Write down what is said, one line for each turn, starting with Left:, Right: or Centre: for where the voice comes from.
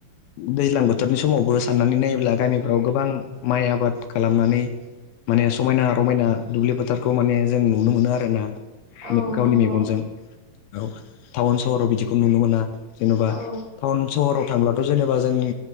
Left: दैज्लां बोथोरनि समावबो साननानै नायोब्ला गामिफ्राव गोबां माइ आबाद खालामनानै माने समायना रमायना दुब्लि फोथारखौ माने जों नुनो मोनो आरो ना
Right: औ
Left: गावनि
Right: नंगौ
Left: मेगनजों औ टाउन सहराव बिदिखौ नुनो मोना जेनबा
Right: औ
Left: टाउन सहराव थांब्ला थ जेनेबा जोंनि